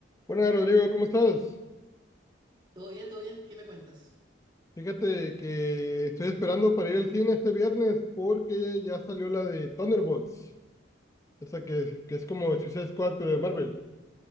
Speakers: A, on the left; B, on the right.
A: Hola Rodrigo, ¿cómo estás?
B: Todo bien, todo bien. ¿Qué me cuentas?
A: Fíjate que estoy esperando para ir al cine este viernes porque ya salió la de Thunderbolts, esa que, que es como Suicide Squad pero de Marvel.